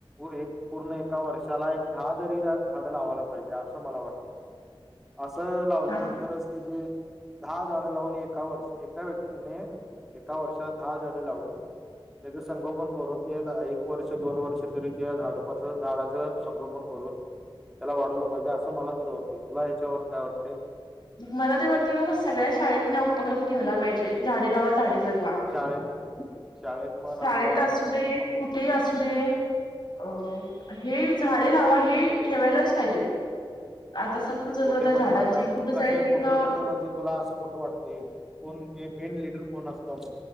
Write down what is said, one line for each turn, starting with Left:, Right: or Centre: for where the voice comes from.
Centre: एक पूर्ण एका वर्षाला एक दहा तरी झाडं लावायला पाहिजे असं मला वाटतय. असं लावल्यानंतरच
Left: हा
Centre: त्याचे- दहा झाडं लावून एका वर्ष. एका व्यक्तीने एका वर्षात दहा झाडं लावून- त्याच संगोपन करून ते एक वर्ष, दोन वर्ष तरी त्या झाडपाचं झाडाचं- संगोपन करून त्याला वाढवलं पाहिजे. असं मला तरी वाटते. तुला ह्याच्यावरून काय वाटते?
Left: मला तरी वाटतं कि बाबा सगळ्या शाळेतनी हा उपक्रम ठेवला पाहिजे. झाडे लावा -झाडे जगवा.
Centre: शाळेत शाळेत म्हण
Left: शाळेत
Centre: अथवा
Left: असू दे.
Centre: आप
Left: कु - ठे असू दे. अ हे झाडे लावा हे ठेवायलाच पाहिजेत. आता सक्त जरुरत
Centre: कुठे
Left: आहे
Centre: म्हणजे
Left: झाडांची.
Centre: आता
Left: कुठं
Centre: कट
Left: जाईल तिथं
Centre: कुठ कुठ म्हणजे तुला असं कुठ वाटते कोण ते मेन लीडर कोण असतं